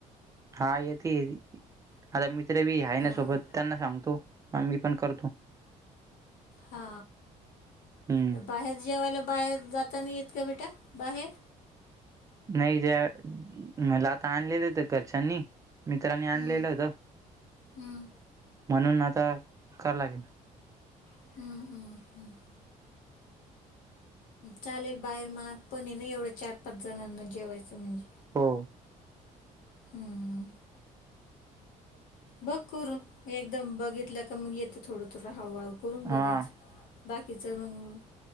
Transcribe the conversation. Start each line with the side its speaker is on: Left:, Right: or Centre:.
Right: हा येते आता मित्र बी आहे
Left: हां
Right: ना सोबत त्यांना सांगतो मग मी पण करतो
Left: हा
Right: हं.
Left: तर बाहेर जेवायला बाहेर जाताना येत का बेटा बाहेर
Right: नाही ज मलाात आणनलेते घरचननी मित्रांनी
Left: हं
Right: आणलेलं होत
Left: हं
Right: म्हणून आता कराव लागेल.
Left: हम्म हम्म हम्म. चालेल बाहेर माहग पण ना एवढ चार पाच जणांना जेवायचं म्हणजे.
Right: हो.
Left: हम्म. बघ करून एकदम बघितलं का मग येतं थोडं थोडं हवूहळू करून
Right: हां.
Left: बघायच. बाकीचं मग.